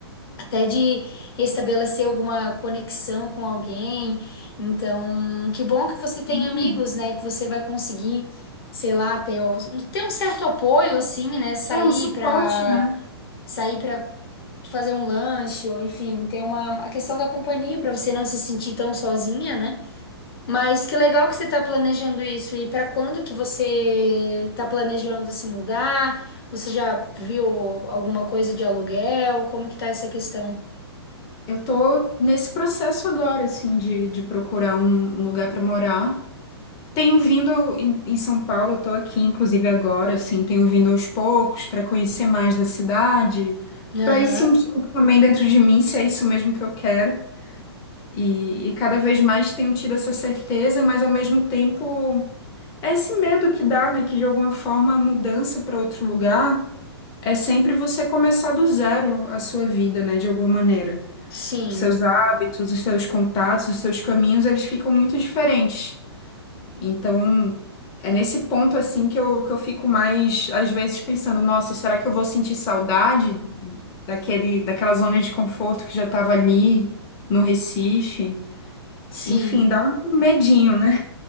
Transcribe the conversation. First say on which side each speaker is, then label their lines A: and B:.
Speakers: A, on the left; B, on the left.
A: até de restabelecer alguma conexão com alguém. Então, que bom que você tem
B: Sim.
A: amigos, né? Que você vai conseguir, sei lá, ter, um- ter um certo apoio, assim, né? Sair
B: É um suporte,
A: pra,
B: né?
A: sair pra fazer um lanche, ou enfim, ter uma, a questão da companhia pra você não se sentir tão sozinha, né? Mas que legal que você tá planejando isso. E pra quando que você tá planejando se mudar? Você já viu alguma coisa de aluguel? Como que tá essa questão?
B: Eu tô nesse processo agora, assim, de, de procurar um, um lugar para morar. Tenho vindo em, em São Paulo, eu tô aqui, inclusive agora, assim, tenho vindo aos poucos para conhecer mais da cidade,
A: Aham.
B: para ir sentindo também dentro de mim se é isso mesmo que eu quero. E, e cada vez mais tenho tido essa certeza, mas ao mesmo tempo. É esse medo que dá, né? Que de alguma forma a mudança para outro lugar é sempre você começar do zero a sua vida, né? De alguma maneira.
A: Sim,
B: Os seus hábitos, os seus contatos, os seus caminhos, eles ficam muito diferentes. Então, é nesse ponto, assim, que eu, que eu fico mais, às vezes, pensando: nossa, será que eu vou sentir saudade daquele, daquela zona de conforto que já estava ali no Recife?
A: sim.
B: Enfim, dá um medinho, né?